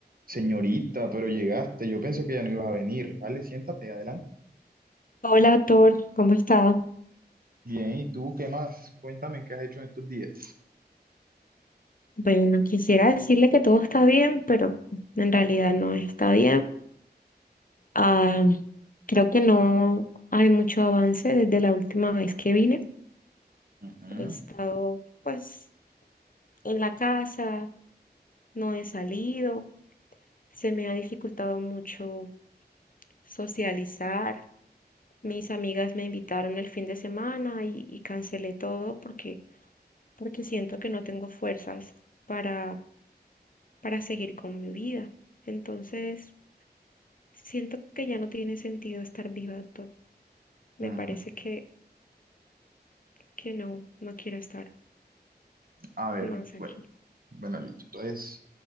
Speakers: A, on the right (about 55°); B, on the left (about 55°).
A: Señorita, pero llegaste. Yo pensé que ya no ibas a venir. Dale, siéntate, adelante.
B: Hola, Thor, ¿cómo está?
A: Bien, ¿y tú qué más? Cuéntame qué has hecho en estos días.
B: Bueno, quisiera decirle que todo está bien, pero en realidad no está bien. Ah, creo que no hay mucho avance desde la última vez que vine.
A: Ujú,
B: He estado, pues, en la casa, no he salido, se me ha dificultado mucho socializar. Mis amigas me invitaron el fin de semana y, y cancelé todo porque, porque siento que no tengo fuerzas para, para seguir con mi vida. Entonces, Siento que ya no tiene sentido estar viva, doctor. Me
A: ujú.
B: parece que, que no, no quiero estar
A: A ver,
B: más
A: bueno,
B: aquí.
A: bueno, listo. Entonces,